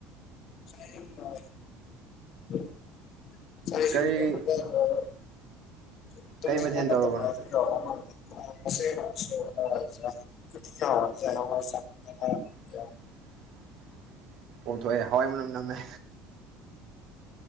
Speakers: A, on the left; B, on the right.
A: <inaudible> <unintelligible>
B: ꯀꯔꯤ
A: <inaudible>
B: ꯀꯔꯤ ꯃꯊꯦꯜ ꯇꯧꯔꯕꯅꯣ
A: <unintelligible> ꯍ <unintelligible>
B: <inaudible> <unintelligible> ꯄꯣꯝꯊꯣꯛꯑꯦ ꯍꯋꯥꯏ ꯃꯅꯝ ꯅꯝꯃꯦ